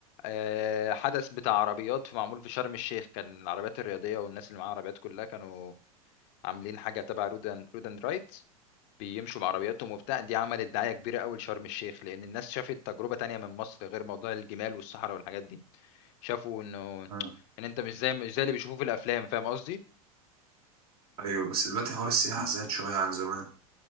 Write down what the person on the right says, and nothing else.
مم.
أيوه بس دلوقتي حوار السياحة زاد شوية عن زمان